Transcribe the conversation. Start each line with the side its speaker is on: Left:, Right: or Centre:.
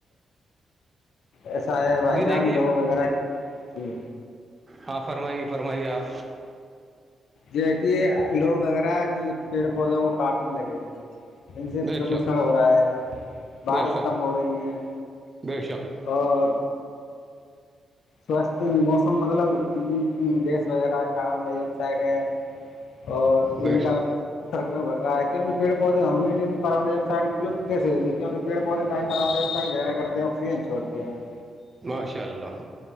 Left: ایسا ہے بھائی
Right: جی
Left: جان
Right: دیکھیے
Left: لوگ وغیرہ جی
Right: ہاں فرمائیے فرمائیے آپ
Left: یہ کہ لوگ وغیرہ پیڑ پودے کو کاٹنے لگے ہیں ان سے
Right: بے
Left: پردوشن
Right: شک
Left: ہو رہا ہے بارش
Right: بے شک
Left: کم ہو رہی ہے
Right: بے شک
Left: اور سواستھ موسم مطلب گیس وغیرہ کاربن ڈائیکسائڈ ہے <unintelligible> اور جن
Right: بے
Left: کا
Right: شک
Left: سکرم بھر رہا ہے کی <unintelligible> پیڑ پودے ہوں گے نہیں تو کرنڈا ایک سائڈ لپ کیسے کیکہ پڑ پودے کر ایک سائڈ گایا کرتے ہیںو ا <unintelligible>
Right: ماشاء اللہ